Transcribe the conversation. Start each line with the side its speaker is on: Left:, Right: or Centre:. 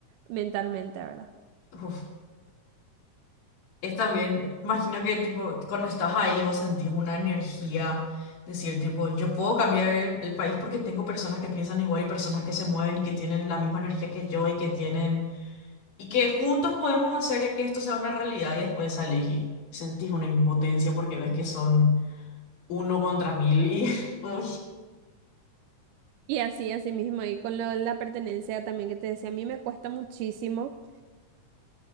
Right: mentalmente, ¿verdad?
Left: Uf. Es también, imagino que tipo, cuando estás ahí vos sentís una energía, decir tipo, yo puedo cambiar el, el país porque tengo personas que piensan igual y personas que se mueven y que tienen la misma energía que yo y que tienen, y que juntos podemos hacer que esto sea una realidad y después salís y sentís una impotencia porque ves que son uno contra mil y, <laughs> uy,
Right: Y así, así mismo, y con lo- la pertenencia también que te decía, a mí me cuesta muchísimo